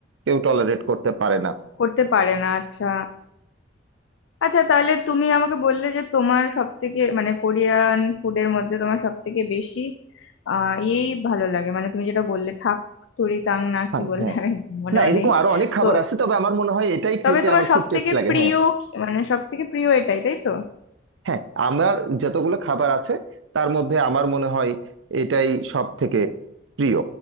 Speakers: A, on the right; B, on the left.
A: কেউ টলারেট করতে পারে না
B: করতে পারে না আচ্ছা আচ্ছা তাহলে তুমি আমাকে বললে যে তোমার সব থেকে মানে কোরিয়ান ফুডের মধ্যে তোমার সব থেকে বেশি আহ এই ভালো লাগে মানে তুমি যেটা বললে থাক তুরি তাং না
A: হ্যাঁ
B: কি বললে
A: হ্যাঁ।
B: আমি মনেও
A: না এরকম
B: নেই
A: আরো অনেক খাবার
B: তো
A: আছে তবে আমার মনে হয় এটাই খেতে
B: তবে তোমার
A: আমার
B: সব
A: খুব টেস্ট
B: থেকে
A: লাগে
B: প্রিয়
A: হ্যাঁ
B: কি- মানে সব থেকে প্রিয় এটাই তাই তো
A: হ্যাঁ আমার যতগুলো খাবার আছে তার মধ্যে আমার মনে হয় এটাই সব থেকে প্রিয়